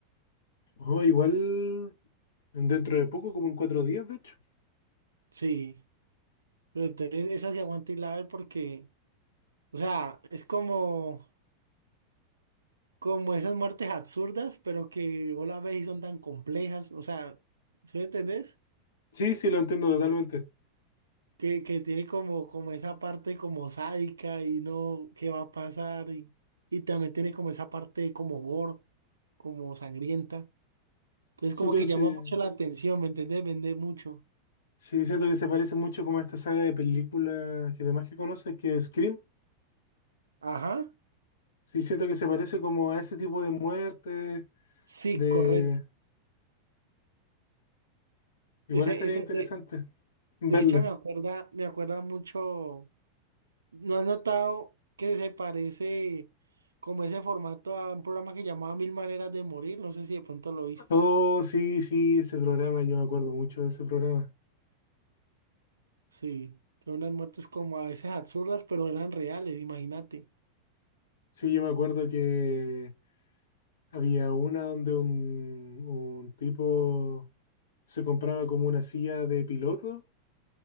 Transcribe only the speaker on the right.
Sí, pero entonces esa se aguanta y la ver porque, o sea, es como, como esas muertes absurdas, pero que vos las ves y son tan complejas, o sea, ¿sí me entendés?
Que, que tiene como, como esa parte como sádica y no, qué va a pasar, y, y también tiene como esa parte como gore, como sangrienta. Entonces
como que
llama
mucho la atención, ¿me entendés? Vende mucho.
Ajá,
sí,
correcto.
Ese,
ese,
de,
de hecho me acuerda, me acuerda mucho. ¿No has notado que se parece como ese formato a un programa que llamaba Mil Maneras de Morir? No sé si de pronto lo viste.
Sí, son unas muertes como a veces absurdas, pero eran reales, imagínate.